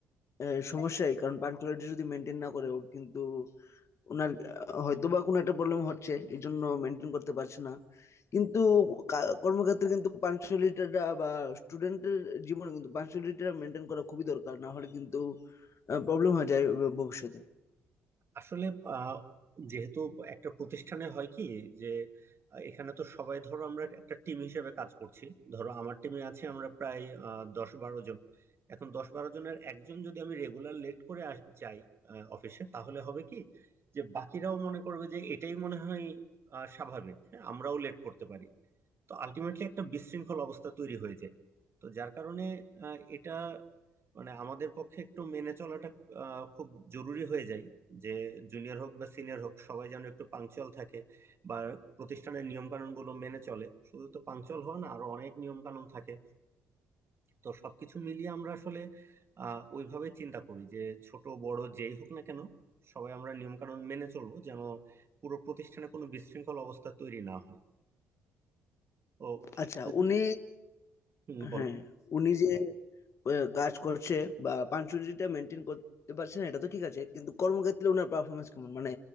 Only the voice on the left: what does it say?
আহ, সমস্যাই কারণ পাঞ্চুয়ালিটি যদি মেনটেন না করে ওর কিন্তু ওনার আহ, হয়তোবা কোনো একটা প্রবলেম হচ্ছে এই জন্য মেনটেন করতে পারছে না কিন্তু কা- কর্মক্ষেত্রে কিন্তু পাঞ্চুয়ালিটিটা বা স্টুডেন্টের জীবনে কিন্তু পাঞ্চুয়ালিটিটা মেনটেন করা খুবই দরকার না হলে কিন্তু প্রবলেম হয়ে যায় ভ- ভবিষ্যতে
আচ্ছা
উনি
হ্যাঁ উনি যে আহ, কাজ করছে বা পাঞ্চুরিটা মেনটেন করতে পারছে না এটা তো ঠিক আছে কিন্তু কর্মক্ষেত্রে ওনার পারফরমেন্স কেমন মানে